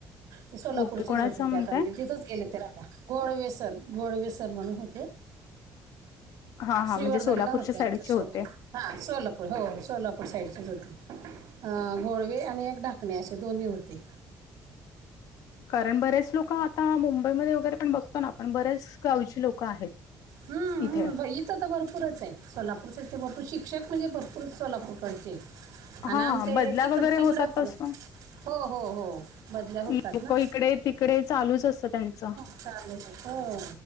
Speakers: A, on the right (about 85°); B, on the left (about 75°).
A: ते सोलापूरचेच
B: ओके कोणाचं
A: होते
B: म्हणताय?
A: त्या आता म्हणजे तिथच गेले ते राहायला गोडवेसर गोडवेसर म्हणून होते
B: हा हा
A: श्रीवर्धनला
B: म्हणजे सोलापूरच्या
A: होते
B: साईडचे
A: आमच्या सोबत
B: होते.
A: हा सोलापूर हो सोलापूर साईडचेच होते अ घोडवे आणि एक ढाकणे असे दोन्ही होते
B: कारण बरेच लोक आता मुंबईमध्ये वगैरे पण बघतो ना पण बरेच गावची लोकं आहेत
A: हम्म हम्म
B: इथे
A: बई तर भरपूरच आहेत सोलापूर ते भरपूर शिक्षक म्हणजे भरपूरच सोलापूरकडचे आणि
B: हा
A: आमच
B: बदल्या
A: तिकडं
B: वगैरे
A: तिकडं
B: होतात
A: पण
B: तसं
A: हो हो हो बदल्या होतात
B: लोक
A: ना
B: इकडे तिकडे चालूच असतं त्यांचं
A: चालू